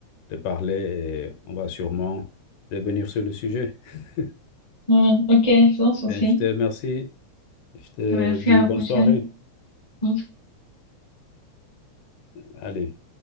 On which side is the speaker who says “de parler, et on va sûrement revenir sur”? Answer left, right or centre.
Left